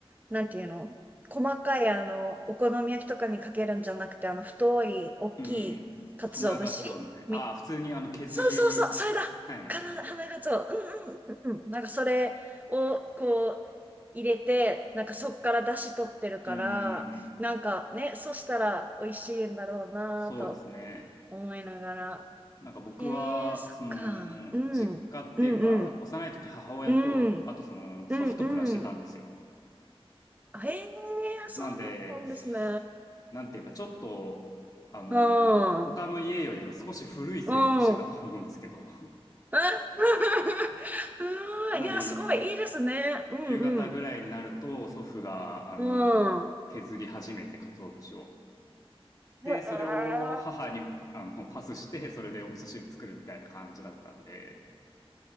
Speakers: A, on the right; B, on the left.
A: う、なんていうの細かいあの、お好み焼きとかにかけるんじゃなくて、あの、太い、大きい鰹節み、
B: うん。花ガツオみたいな。ああ、普通にあの削り、
A: そうそうそう、それだかな、
B: はい。
A: 花鰹。うんうんうんうん。なんかそれをこう、入れて、なんかそっから出汁取ってるから、
B: うん。
A: なんかね、そしたら美味しいんだろうなぁと
B: そうですね。
A: 思いながら。
B: なんか僕は、
A: ええ、そっか。
B: その、
A: うん。
B: 実家っていうか、
A: うんうん。
B: 幼い時母親と、
A: うん。
B: あとその、
A: うん
B: 祖父と暮らしてたんですよ。
A: うん。ええ、そうだったんですね。
B: なんで、なんていうか、ちょっと、あの他の家よりは少し古い生活してたと思うんですけど。
A: うん。うん。あ <laughs>、うん。
B: <laughs> なんで、
A: いや、すごい、いいですね。う
B: 夕方ぐらいになると、
A: ん
B: 祖父が、あの削り始めて、
A: うん。うん。
B: 鰹節を。で、
A: ええ、
B: それを母にあのパスして、それでお味噌汁作るみたいな感じだったんで、